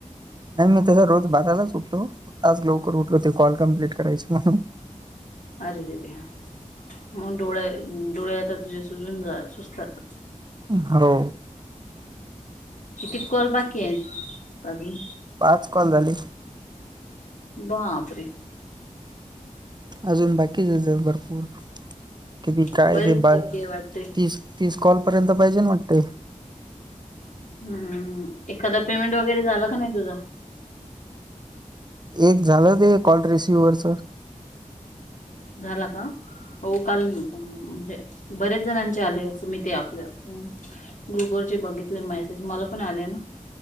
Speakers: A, on the right; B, on the left.
A: नाहीं मी तसं रोज बारालांच उठतो. आज लवकर उठलो तर कॉल कंप्लीट करायच मण
B: अरेरे आ मगं डोळे डोळे आता तुझें सुजून सुजतात.
A: हो.
B: किती कॉल बाकी आहेत अजून?
A: पांच कॉल झाले.
B: बांपरे.
A: अजून बाकीचं भरंपूर किती कायं
B: बरेच
A: ते बा
B: बाकी आहे वाटते
A: तीस तीस कॉलपर्यंत पाहिजे ना म्हणते.
B: हम्मं एखाद्या पेमेंट वगैरे झाला की नाहीं तुझा?
A: एक झालं ते कॉल रिसिववरच.
B: झाला कां हो काल म्हणजे बऱ्याच जणांचे आले असं मी ते आपल्या ग्रुपवरचे बघ मेसेज मला पण आले ना.